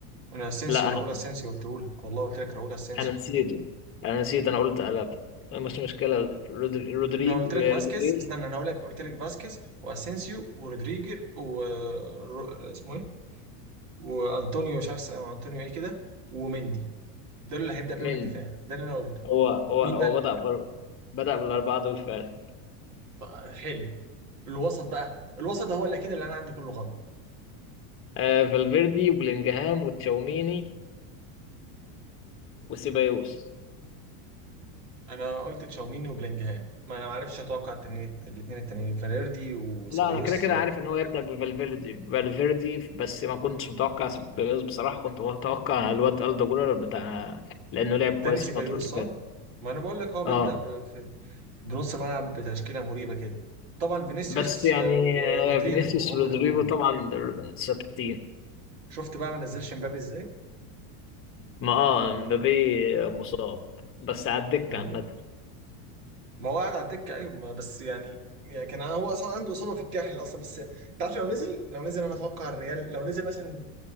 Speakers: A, on the right; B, on the left.
A: انا اسينسيو
B: لا انا
A: راؤول اسينسيو قلت لك والله قلت لك راؤول اسينسيو
B: انا نسيته انا نسيت انا قلت قلب مش مشكله رودري- رودريجو
A: انا قلت لك
B: رودريجو
A: فاسكيز استنى انا هقول لك قلت لك فاسكيز واسينسيو ورودريجر و رو- اسمه ايه وانطونيو مش عارف اسمه انطونيو ايه كده ومندي ده اللي هيبدأ بيهم
B: من
A: الدفاع ده اللي انا قلته
B: هو هو
A: مين
B: هو
A: بقى
B: بدأ بر... بدأ بالاربعه دول فعلا
A: طيب، حلو الوسط بقى الوسط ده هو اللي اكيد اللي انا عندي كله غلط
B: آه فالفيردي وبلينجهام وتشاوميني وسيبايوس
A: انا قلت تشاوميني وبلينجهام ما انا ما عرفش اتوقع التنين الاثنين التانيين فاليردي وسبايوس
B: لا انا كده كده عارف ان هو يبدأ بفالفيردي فالفيردي بس ما كنتش متوقع سيبايوس بصراحه كنت متوقع الواد ألدا جولر بتاع لانه لعب
A: داني
B: كويس
A: سيبايوس
B: الفتره اللي
A: صح
B: فاتت
A: ما انا بقول لك هو بيبدا
B: اه
A: ب... في... بنص الملعب بتشكيله مريبه كده طبعا فينيسيوس
B: بس يعني
A: آه، ورودريجو
B: آه، فينيسيوس
A: هم
B: رودريجو
A: الهجوم
B: طبعا 60
A: شفت بقى ما نزلش مبابي ازاي
B: ما اه مبابي مصاب بس على الدكة
A: ما, أنا
B: عامة
A: بقول. ما هو قاعد على الدكه ايوه ما بس يعني يعني كان هو اصلا عنده اصابه في الكاحل اصلا بس تعرف لو نزل لو نزل انا اتوقع الريال لو نزل مثلا